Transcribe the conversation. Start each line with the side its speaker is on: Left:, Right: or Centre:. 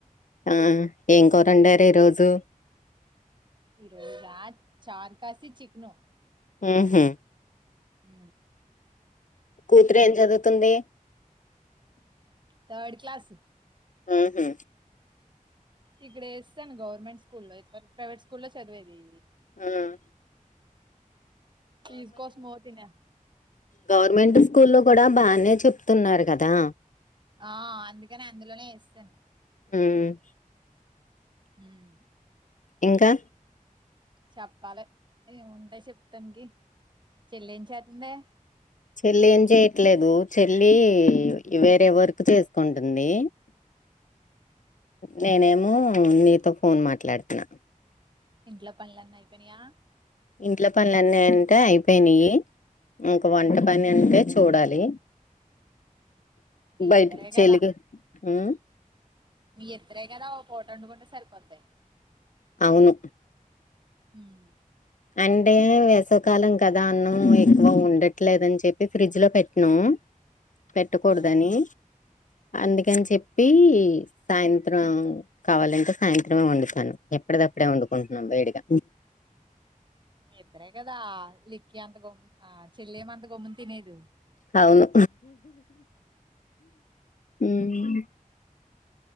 Left: ఆ ఏం కోరండారు ఈరోజు.
Right: ఇ రోజ చార్కాసి చికను.
Left: ఉహు.
Right: అ
Left: కూతురు ఎం జాదువుతుంది.
Right: Third class.
Left: ఉహు.
Right: ఇక్కడేస్తాను గవర్నమెంట్ స్కూల్లో ఇదివరకు, ప్రైవేట్ స్కూల్లో చదివేదిది.
Left: ఊమ్.
Right: చీస్కోస్ మో తిన.
Left: గవర్నమెంట్ స్కూల్లో కూడా బానే చెప్తున్నారు కదా.
Right: ఆ అందుకని అందులోనే ఎసాను.
Left: ఊమ్.
Right: ఊమ్.
Left: ఇంకా.
Right: చెప్పాలి ఏముంటాయి చెప్తానికి చెల్లి ఎం చేతుందే.
Left: చెల్ల ఎం జేయ్. చెట్లేదు చెల్లీ వేరే వర్కు చేసుకుంటుంది. నేనేమో నీతో ఫోన్ మాట్లాడుతున్నా.
Right: ఇంట్లో పనులన్నాయిపోనియా.
Left: ఇంట్లో పనులన్న అంటే అయిపోయినాయి. ఇంక వంట పని అంటే చూడాలి.
Right: మీ
Left: బయటికి
Right: ఇద్దరే
Left: చెలిగు
Right: కదా
Left: ఉమ్.
Right: ఇద్దరే గదా ఓ పూట అండుకుంటే సరిపోద్.
Left: అవును.
Right: ఉమ్.
Left: అంటే వేసవికాలం కదా అన్నం ఎక్కువ ఉండట్లేదని చెప్పి ఫ్రిడ్జ్ లో పెట్టినము. పెట్టకూడదని.
Right: ఆ
Left: అందుకని చెప్పి సాయంత్రం కావాలంటే సాయంత్రమే వొండుతాను ఎప్పుటిద. అప్పుడే వండుకుంటున్నాం వేడి గ.
Right: ఇద్దరే గదా లిక్క అంత గమ్ ఆ చెల్లేమంత గమ్న తినేదు.
Left: అవును. ఉమ్.